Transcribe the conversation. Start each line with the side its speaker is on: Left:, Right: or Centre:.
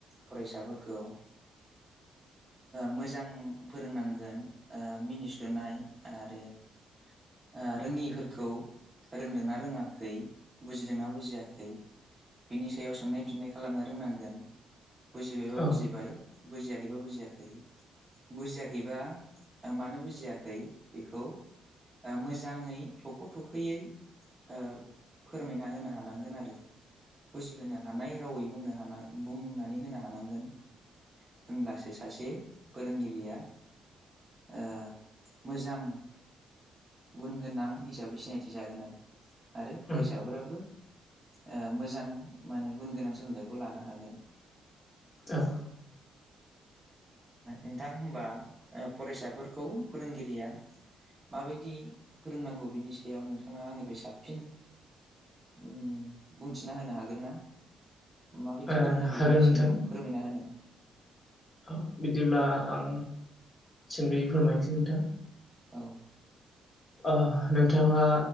Right: फरायसाफोरखौ मोजां फोरोंनांगोन मिनिस्लुनाय आरो ओ रोङिफोरखौ रोंदोंना रोङाखै बुजिदोंना बुजियाखै बिनि सायाव सोंनाय फिननाय खालामनो रोंनांगोन बुजिबायबा
Left: औ
Right: बुजिबाय बुजियाखैबा बुजियाखै। बुजियाखैबा मानो बुजियाखै बेखौ ओ मोजाङै थख' थखैयै ओ फोरमायना होनो हानांगोन आरो। होनो हानाय रावै बुंनो हानाय बुंनानै होनो हानांगोन। होनब्लासो सासे फोरोंगिरिया ओ मोजां गुन गोनां हिसाबै सिनायथि जागोन आरो आरो फरायसाफोराबो
Left: उम औ
Right: ओ मोजां मा होने गुन गोनां सोलोंथाइखौ लानो हागोन।
Left: औ
Right: नोंथां होनबा फरायसाफोरखौ फोरोंगिरिया माबायदि दि फोरोंनांगौ बिनि बेयाव नोंथाङा आंनिफ्राय साबसिन ओम बुंथिना होनो हागोन ना? माबायदि
Left: ओ
Right: फोरोंनांगौ
Left: हागोन
Right: बिनि
Left: नोंथां
Right: सायाव फोरमायना होनो।
Left: औ बिदिब्ला आं सोमोन्दै फोरमायनोसै नोंथां।
Right: औ।
Left: ओ नोंथाङा